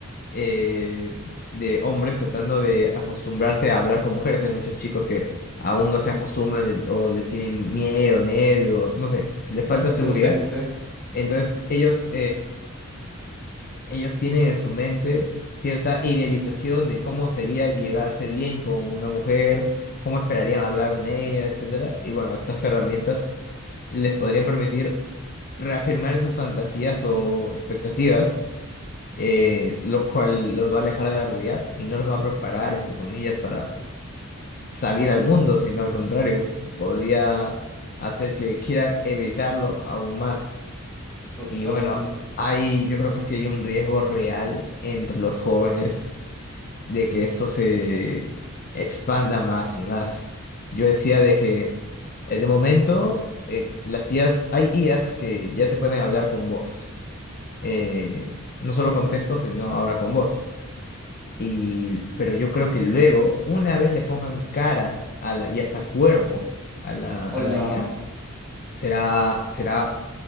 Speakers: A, on the left; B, in the centre.
A: eh, de hombres tratando de acostumbrarse a hablar con mujeres, hay muchos chicos que aún no se acostumbran o le tienen miedo, nervios, no sé, les falta seguridad.
B: Presente,
A: Entonces ellos ellos tienen en su mente cierta idealización de cómo sería llevarse bien con una mujer, cómo esperarían hablar con ella, etcétera. Y bueno, estas herramientas les podrían permitir reafirmar esas fantasías o expectativas, eh, lo cual los va a alejar de la realidad y no los va a preparar, entre comillas, para salir al mundo, sino al contrario, podría hacer que quieran evitarlo aún más.
B: totalmente.
A: Y bueno, hay, yo creo que sí hay un riesgo real entre los jóvenes de que esto se expanda más y más. Yo decía de que eh, de momento eh, las IAs, hay IAs que ya te pueden hablar con voz. eh, no solo con texto, sino ahora con voz. Y, pero yo creo que luego, una vez le pongan cara a la, y hasta cuerpo a la,
B: Hola.
A: a la IA, será, será,